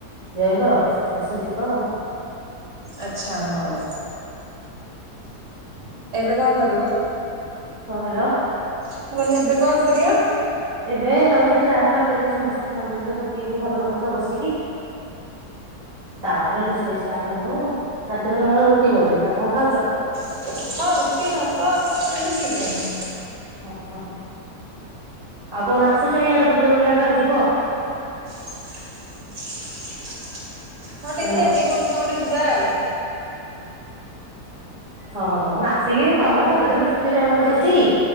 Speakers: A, on the right (about 50°); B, on the right (about 85°).
A: ଜ୍ୱାଇଁଙ୍କର ଆସ ଯିବା ଆଉ।
B: ଆଚ୍ଛା ହଉ।
A: ହୁଁ
B: ଏବେ କଣ କରିବ?
A: କଣ କଇଲ?
B: ମୁଁ କହିଲି ଏବେ କଣ କରିବ?
A: ଏବେ ଯାଉଚି ଚା ଫା କରିକି ସମସ୍ତେ ଫ୍ୟାମିଲି ପିଇବୁ ଘର ଲୋକ ସବୁ ବସିକି। ତାପରେ ରୋଷେଇ ଷ୍ଟାର୍ଟ ହବ, ରାତିରେ ତମର ରୁଟି ବୋଧେ ନା କଣ ଖାଉଚ?
B: <inaudible> ରୁଟି, ଭାତ ସେମତି ଠିକ୍ ନାହିଁ।
A: ଓହୋ! ଆଉ କଉନ ଆସୁଛ, ଇଆଡେ ବୁଲି ବୁଲା ପାଇଁ ଯିବ?
B: ହଁ, ଦେଖିବା
A: ହେଲୋ
B: ଏବେ କୋଉଦିନ ଗୋଟେ ଯିବା ଆଉ।
A: ହଁ, ଆସିକି ତମେ ଗୋଟେ ଦିନ ଛୁଟି ଜଣର ଦେଖିକି